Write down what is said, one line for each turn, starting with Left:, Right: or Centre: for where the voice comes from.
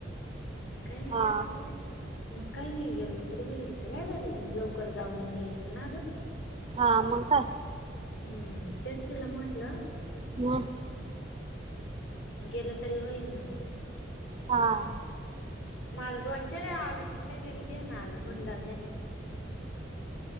Left: काही नाहीये.
Right: हा
Left: मग काही नाही गेलो तरी व्हेल. तर काय वेला मग लवकर जाऊन यायचं ना गं.
Right: हां. मग काय?
Left: हम्म. तेच तिला म्हटलं.
Right: मग.
Left: गेलं तरी होईना मगं.
Right: हां.
Left: मला दोनचार आग तिकडे गेल ते ना, आला म्हणल <unintelligible> <unintelligible>